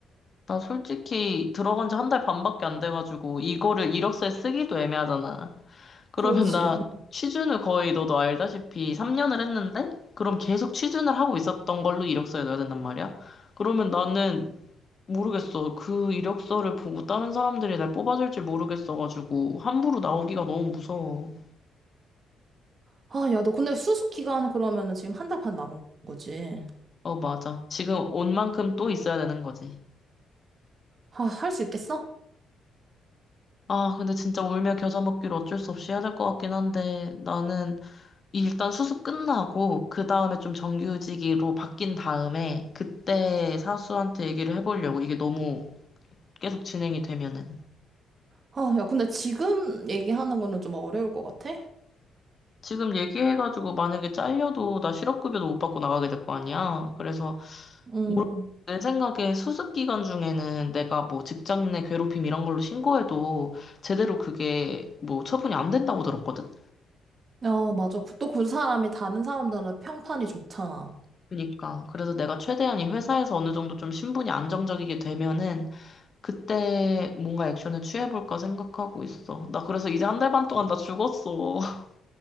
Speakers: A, on the left (about 40°); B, on the right (about 40°).
A: 나 솔직히 들어간 지 한 달 반밖에 안 돼가지고 이거를 이력서에 쓰기도 애매하잖아. 그러면
B: 그렇지.
A: 응. 나
B: 음.
A: 취준을 거의 너도 알다시피 3년을 했는데 그럼 계속 취준을 하고 있었던 걸로 이력서에 넣어야 된단 말이야. 그러면 나는 모르겠어. 그 이력서를 보고 다른 사람들이 날 뽑아줄지 모르겠어가지고 함부로 나오기가 너무 무서워.
B: 아, 야, 너 근데 수습 기간 그러면은 지금 한 달 반 남은 거지.
A: 어, 맞아. 지금 온 만큼 또 있어야 되는 거지.
B: 아, 할 수 있겠어?
A: 아, 근데 진짜 울며 겨자 먹기로 어쩔 수 없이 해야 될 것 같긴 한데 나는 일단 수습 끝나고 그 다음에 좀 정규직으로 바뀐 다음에 그때 사수한테 얘기를 해보려고 이게 너무 계속 진행이 되면은
B: 아, 야, 근데 지금 얘기하는 거는 좀 어려울 것 같아?
A: 지금 얘기해가지고 만약에 잘려도 나 실업급여도 못 받고 나가게 될 거 아니야. 그래서
B: 음.
A: 올- 내 생각에 수습 기간 중에는 내가 뭐 직장 내 괴롭힘 이런 걸로 신고해도 제대로 그게 뭐 처분이 안 된다고 들었거든.
B: 야, 맞아. 또 그 사람이 다른 사람들은 평판이 좋잖아.
A: 그러니까 그래서 내가 최대한 이 회사에서 어느 정도 좀 신분이 안정적이게 되면은 그때 뭔가 액션을 취해볼까 생각하고 있어. 나 그래서 이제 한 달 반 동안 나 죽었어. <laughs>